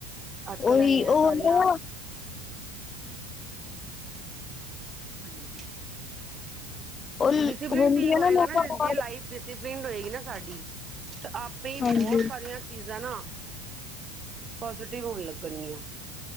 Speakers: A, on the right; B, on the left.
A: ਅੱਜ ਕੱਲ੍ਹ
B: ਉਹੀ
A: ਇੰਨੀਆਂ
B: ਉਹ
A: ਸਾਰੀਆਂ
B: ਹੂ-
A: ਹਾਂਜੀ
B: ਉਹ
A: ਡਿਸਿਪਲਿਨ
B: ਹੁੰਦੀ ਹੈ
A: ਹੋਏਗਾ
B: ਲੋਕਾਂ
A: ਨਾ ਜੇ
B: ਕੋਲ।
A: ਲਾਈਫ ਡਿਸਿਪਲਿਨ ਪਿਡ ਹੋਏਗੀ ਨਾ ਸਾਡੀ ਤੇ ਆਪੇ ਹੀ
B: ਹਾਂਜੀ
A: ਬਹੁਤ ਸਾਰੀਆਂ ਚੀਜਾ ਨਾ ਪਜ਼ਟਿਵ ਹੋਣ ਲੱਗਣੀਆਂ